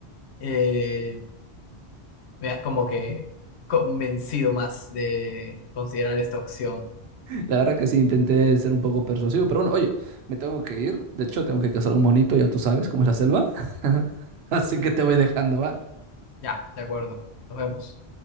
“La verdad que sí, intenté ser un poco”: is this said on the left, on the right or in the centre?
Right